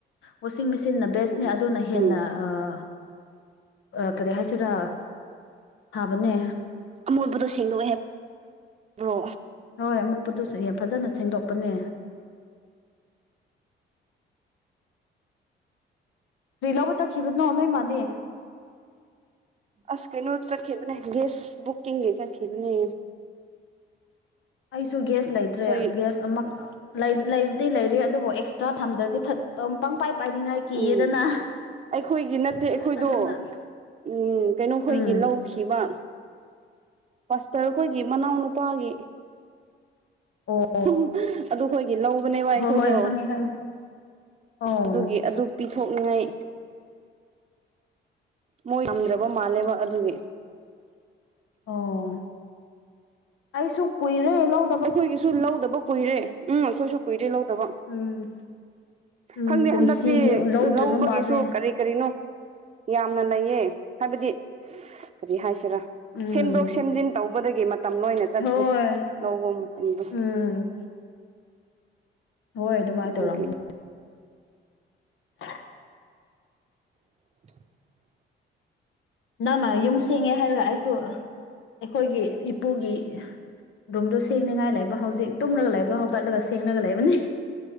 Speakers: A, on the left; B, on the right.
A: ꯋꯥꯁꯤꯡ ꯃꯦꯆꯤꯟꯅ ꯕꯦꯁꯅꯤ
B: ꯎꯝ
A: ꯑꯗꯨꯅ ꯍꯦꯟꯅ
B: ꯎꯝ
A: ꯑꯥ ꯑꯥ ꯀꯔꯤ ꯍꯥꯏꯁꯤꯔꯥ ꯊꯥꯕꯅꯦ
B: ꯑꯃꯣꯠꯕꯗꯣ ꯁꯦꯡꯗꯣꯛꯑꯦ ꯍꯥꯏꯕ꯭ꯔꯣ
A: ꯍꯣꯏ ꯑꯃꯣꯠꯄꯗꯨ ꯐꯖꯅ ꯁꯦꯡꯗꯣꯛꯄꯅꯦ ꯀꯔꯤ ꯂꯧꯕ ꯆꯠꯈꯤꯕꯅꯣ ꯅꯣꯏ ꯃꯥꯗꯤ
B: ꯑꯁ ꯀꯩꯅꯣ ꯆꯠꯈꯤꯕꯅꯦ ꯒꯦꯁ ꯕꯨꯀꯤꯡꯒꯤ ꯆꯠꯈꯤꯕꯅꯦ
A: ꯑꯩꯁꯨ ꯒꯦꯁ ꯂꯩꯇ꯭ꯔꯦ
B: ꯑꯩꯈꯣꯏ
A: ꯒ꯭ꯌꯥꯁ ꯑꯃꯛ ꯂꯩ ꯂꯩꯕꯗꯤ ꯂꯩꯔꯤ ꯑꯗꯨꯕꯨ ꯑꯦꯛꯁꯇ꯭ꯔꯥ ꯊꯝꯗ꯭ꯔꯗꯤ ꯐꯠ ꯄꯪ ꯄꯪꯄꯥꯏ ꯄꯥꯏꯅꯤꯡꯉꯥꯏ ꯀꯤꯌꯦꯗꯅ
B: ꯎꯝ ꯑꯩꯈꯣꯏꯒꯤ ꯅꯠꯇꯦ ꯑꯩꯈꯣꯏꯗꯣ
A: ꯑꯗꯨꯅ
B: ꯎꯝ ꯀꯩꯅꯣꯈꯣꯏꯒꯤ
A: ꯎꯝ
B: ꯂꯧ ꯈꯤꯕ ꯄꯁꯇꯔꯈꯣꯏꯒꯤ ꯃꯅꯥꯎꯅꯨꯄꯥꯒꯤ
A: ꯑꯣ
B: <unintelligible> ꯑꯗꯨꯈꯣꯏꯒꯤ ꯂꯧꯕꯅꯦꯕ ꯑꯩꯈꯣꯏꯗꯣ
A: ꯍꯣꯏ ꯍꯣꯏ ꯈꯪꯉꯦ ꯈꯪꯉꯦ ꯑꯣ
B: ꯑꯗꯨꯒꯤ ꯑꯗꯨ ꯄꯤꯊꯣꯛꯅꯤꯡꯉꯥꯏ ꯃꯣꯏ ꯌꯥꯝꯗ꯭ꯔꯕ ꯃꯥꯜꯂꯦꯕ ꯑꯗꯨꯒꯤ
A: ꯑꯣ ꯑꯩꯁꯨ ꯀꯨꯏꯔꯦ ꯂꯧ
B: ꯑꯩꯈꯣꯏꯒꯤꯁꯨ ꯂꯧꯗꯕ ꯀꯨꯏꯔꯦ ꯎꯝ ꯑꯩꯈꯣꯏꯁꯨ ꯀꯨꯏꯔꯦ ꯂꯧꯗꯕ
A: ꯎꯝ ꯎꯝ
B: ꯈꯪꯗꯦ
A: ꯀꯨꯝꯁꯤꯒꯤ
B: ꯍꯟꯗꯛꯇꯤ
A: ꯂꯧꯗ꯭ꯔꯤꯕ
B: ꯂꯧꯕꯒꯤꯁꯨ
A: ꯃꯥꯜꯂꯦ
B: ꯀꯔꯤ ꯀꯔꯤꯅꯣ ꯌꯥꯝꯅ ꯂꯩꯌꯦ ꯍꯥꯏꯕꯗꯤ ꯀꯔꯤ ꯍꯥꯏꯁꯤꯔꯥ
A: ꯎꯝ
B: ꯁꯦꯝꯗꯣꯛ ꯁꯦꯝꯖꯤꯟ ꯇꯧꯕꯗꯒꯤ ꯃꯇꯝ ꯂꯣꯏꯅ ꯆꯠꯈ꯭ꯔꯦ
A: ꯍꯣꯏ
B: ꯂꯧꯕ ꯃꯇꯝꯗꯣ
A: ꯎꯝ ꯍꯣꯏ ꯑꯗꯨꯃꯥꯏꯅ
B: ꯑꯗꯨꯒꯤ
A: ꯇꯧꯔꯝꯃꯤ ꯑꯥ <inaudible>
B: <inaudible>
A: ꯅꯪꯅ ꯌꯨꯝ ꯁꯦꯡꯉꯦ ꯍꯥꯏꯔꯒ ꯑꯩꯁꯨ ꯑꯩꯈꯣꯏꯒꯤ ꯏꯄꯨꯒꯤ ꯔꯨꯝꯗꯣ ꯁꯦꯡꯅꯤꯉꯥꯏ ꯂꯩꯕ ꯍꯧꯖꯤꯛ ꯇꯨꯝꯔꯒ ꯂꯩꯕꯗꯣ ꯍꯧꯒꯠꯂꯒ ꯁꯦꯡꯔꯒ ꯂꯩꯕꯅꯦ